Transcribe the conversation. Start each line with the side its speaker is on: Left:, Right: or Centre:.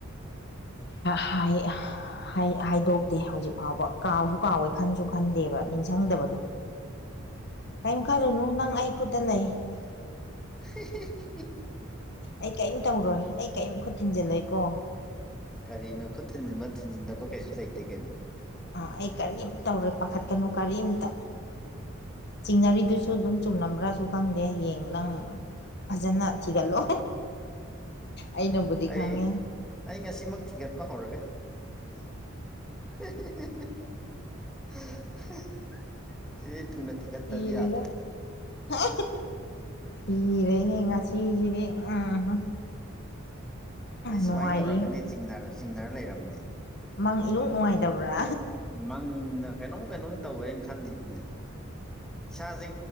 Left: ꯍꯥꯏ ꯍꯥꯏꯗꯣꯛꯇꯦ ꯍꯧꯖꯤꯛ ꯐꯥꯎꯕ ꯀꯥꯎꯁꯨ ꯀꯥꯎꯋꯦ ꯈꯟꯁꯨ ꯈꯟꯗꯦꯕ ꯅꯤꯡꯁꯤꯡꯗꯕꯗꯣ ꯀꯔꯤꯝ ꯈꯜꯂꯨꯅꯨ ꯅꯪ ꯑꯩ ꯈꯨꯠꯇ ꯂꯩ
Centre: <inaudible>
Left: ꯑꯩ ꯀꯤꯝ ꯇꯧꯔꯣꯏ ꯑꯩ ꯀꯤꯝ ꯈꯨꯠ ꯊꯤꯡꯖꯤꯜꯂꯣꯏꯀꯣ
Centre: ꯀꯔꯤꯅꯣ ꯈꯨꯠ ꯊꯤꯟꯖꯤꯟꯕ ꯊꯤꯟꯖꯤꯟꯗꯕ ꯀꯩꯁꯨ ꯂꯩꯇꯦ ꯀꯩꯅꯣ
Left: ꯑꯥ ꯑꯩ ꯀꯔꯤꯝ ꯇꯧꯔꯣꯢ ꯄꯥꯈꯠꯀꯅꯨ ꯀꯔꯤꯝꯇ ꯆꯤꯡꯅꯔꯤꯗꯨꯁꯨ ꯑꯗꯨꯝ ꯆꯨꯝꯂꯝꯕ꯭ꯔꯥꯁꯨ ꯈꯪꯗꯦ ꯍꯌꯦꯡ ꯅꯪ ꯐꯖꯅ ꯊꯤꯒꯠꯂꯣ ꯑꯩꯅꯕꯨꯗꯤ
Centre: ꯑꯩ
Left: ꯈꯪꯉꯦ
Centre: ꯑꯩ ꯉꯁꯤꯃꯛ ꯊꯤꯒꯠꯄ ꯍꯧꯔꯒꯦ <inaudible> ꯁꯤꯗꯤ ꯊꯨꯅ ꯊꯤꯒꯠꯇ꯭ꯔꯗꯤ
Left: ꯁꯤꯗꯅ
Centre: ꯌꯥꯗ꯭ꯔꯦ
Left: <inaudible> ꯏꯔꯦꯍꯦ ꯉꯁꯤꯒꯤꯗꯤ ꯎꯝ
Centre: ꯑꯩ
Left: ꯅꯨꯡꯉꯥꯏꯔꯤ
Centre: ꯁꯨꯃꯥꯏꯅ ꯇꯧꯔꯛꯀꯅꯤ ꯆꯤꯡꯅꯔ ꯂꯩꯔꯕꯅꯦ
Left: ꯃꯪ ꯏꯅꯨꯡ ꯅꯨꯡꯉꯥꯏꯇꯕ꯭ꯔꯥ
Centre: ꯃꯪꯗ ꯀꯩꯅꯣꯝ ꯀꯩꯅꯣꯝ ꯇꯧꯋꯦꯅ ꯈꯜꯂꯤꯕꯅꯦ ꯏꯁꯥꯁꯦ